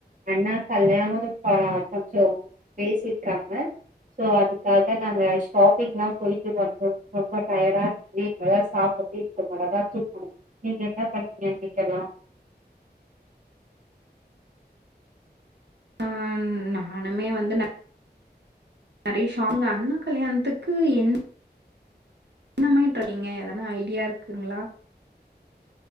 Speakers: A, on the right; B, on the right.
A: அண்ணா கல்யாணோ அ கொஞ்சோ பேசிருக்காங்க சோ அதுக்காக நாங்க ஷாப்பிங் எல்லா போயிட்டு வந்தோ ரொம்ப டயர்டா வீட்டுல நா சாப்பிட்டு இ நல்லாதா தூங்கணு நீங்க என்ன பண்ணிங்கே நீங்கள
B: ஆ நானுமே வந்து நெ நெறயா ஷாப் அண்ணா கல்யாணத்துக்கு என் என்னம இருக்கீங்க எதனா ஐடியா இருக்குங்களா